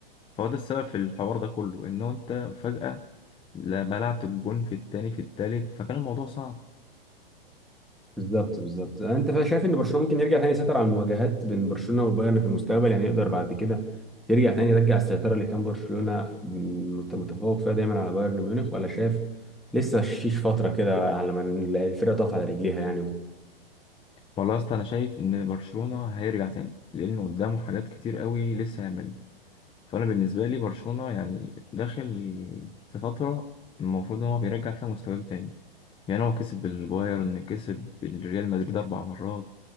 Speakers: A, on the left; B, in the centre.
A: فهو ده السبب في الحوار ده كله ان انت فجأة لا بلعت الجون في التاني في التالت فكان الموضوع صعب
B: بالظبط بالظبط انت فا- شايف ان برشلونه ممكن يرجع تاني يسيطر على المواجهات بين برشلونه والبايرن في المستقبل يعني يقدر بعد كده يرجع تاني يرجع السيطره اللي كان برشلونه مت- متفوق فيها دايما على بايرن ميونخ ولا شايف لسه شيش فتره كده على ما الفرقه تقف على رجليها يعني
A: والله يا اسطى انا شايف ان برشلونة هيرجع تاني لانه قدامه حاجات كتير قوي لسه يعملها فانا بالنسبه لي برشلونه يعني داخل في فتره المفروض ان هو بيرجع فيها مستواه تاني يعني هو كسب البايرن كسب الريال مدريد اربع مرات